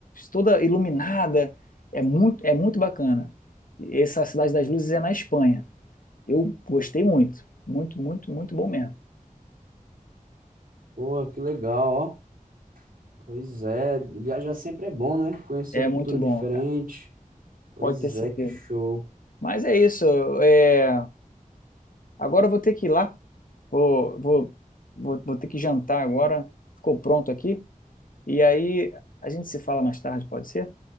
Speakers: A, on the left (about 75°); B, on the right (about 85°).
A: toda iluminada, é muito, é muito bacana. Essa Cidade das Luzes é na Espanha. Eu gostei muito, muito, muito, muito bom mesmo.
B: pô que legal, ó. Pois é, viajar sempre é bom, né? Conhecer
A: É
B: cultura
A: muito bom,
B: diferente.
A: cara.
B: Pois
A: Pode ter certeza.
B: é, que show.
A: Mas é isso. é, Agora eu vou ter que ir lá. Vou, vou, vou, vou ter que jantar agora. Ficou pronto aqui. E aí a gente se fala mais tarde, pode ser?